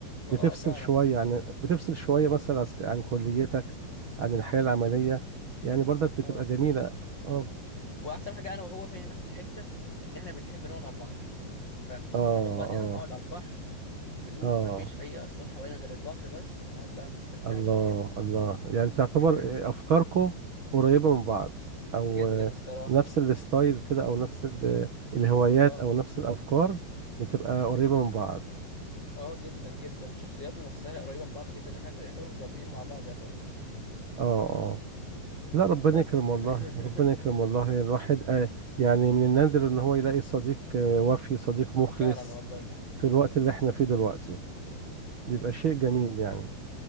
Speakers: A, on the left; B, on the right.
A: اه
B: بتفصل
A: فعلا
B: شوية يعني بتفصل شوية مثلا عس- عن كليتك عن الحياة العملية يعني برضك بتبقى
A: اه
B: جميلة اه
A: واحسن حاجه انا وهو فينا نفس الحته ان احنا بنحب نقعد على البحر فناخد
B: اه
A: بعضنا
B: اه
A: نقعد على البحر هدوء
B: اه
A: مفيش اي اصوات حوالينا غير البحر بس نقعد بقى مستمتعين
B: الله
A: كده
B: الله يعني تعتبر
A: <laughs>
B: إيه، افكاركو قريبة من بعض او
A: جدا
B: آه،
A: الصراحه
B: نفس الستايل كده او نفس ال- الهوايات
A: اه
B: او نفس الافكار بتبقى قريبة من بعض
A: اه جدا جدا وشخصياتنا نفسها قريبه من بعض جدا ان احنا يعتبر متربيين مع بعض يعتبر
B: اه اه لا ربنا
A: بس
B: يكرم والله
A: <laughs>
B: ربنا يكرم والله الواحد آه، يعني من النادر ان هو يلاقي صديق آه، وفي صديق مخلص
A: فعلا والله
B: في الوقت اللي احنا فيه دلوقتي
A: امم
B: بيبقى شيء جميل يعني